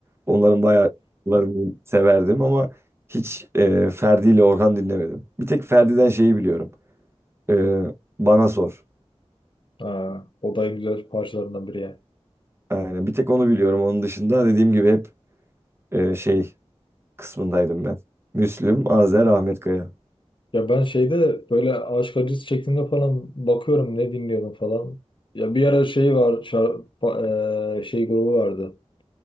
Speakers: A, on the right (about 20°); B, on the left (about 45°).
A: Onların bayağı şarkılarını severdim ama hiç e, Ferdi ile Orhan dinlemedim. Bir tek Ferdi'den şeyi biliyorum. E, Bana Sor.
B: Ha, o da en güzel parçalarından biri yani.
A: Aynen. Bir tek onu biliyorum. Onun dışında dediğim gibi hep e, şey kısmındaydım ben. Müslüm, Azer, Ahmet Kaya.
B: Ya ben şeyde böyle aşk acısı çektiğimde falan bakıyorum ne dinliyorum falan. Ya bir ara şey var, şar- pa- e, şey grubu vardı.